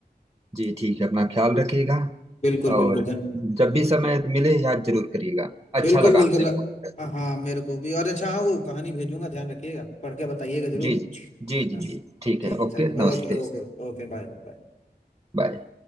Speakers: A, on the right (about 20°); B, on the left (about 45°).
A: जी ठीक है अपना ख्याल रखिएगा
B: बिल्कुल बिल्कुल
A: और
B: धन
A: जब भी समय मिले याद जरूर करिएगा अच्छा
B: बिल्कुल
A: लगा
B: बिल्कुल
A: आपने फोन किया
B: हाँ हाँ, मेरे को भी और अच्छा हाँ वो कहानी भेजूंगा ध्यान रखिएगा पढ़ के बताइएगा जरूर
A: जी जी जी जी
B: हाँ,
A: जी ठीक
B: ठीक
A: है
B: है चलो
A: ओके नमस्ते
B: okay okay okay bye bye
A: बाय